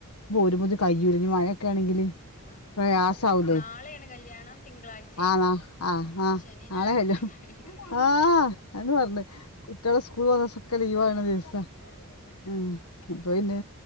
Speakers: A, on the left; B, on the left.
A: ഒരു പൊതി കയ്യൂലഞ്ഞി മഴെക്കെ ആണെങ്കില്
B: ആ
A: പ്രയാസാവൂലേ
B: നാളെയാണ് കല്യാണം തിങ്കളാഴ്ചേ
A: ആഹ് നാ ആഹ് ആഹ്
B: ശനി
A: നാളെ
B: ഞായറൊക്കെ
A: കല്യാ
B: ഉണ്ടായിട്ട്
A: <inaudible> ആഹ് അഹ് നെ പർഞ്ഞ് കുട്ട്യാളെ സ്കൂള് <unintelligible> സൊക്കെ ലീവാണെ
B: ഉം
A: ദിവസാ
B: ആ അതന്നെ
A: ഉം അപ്പൊ പിന്നെ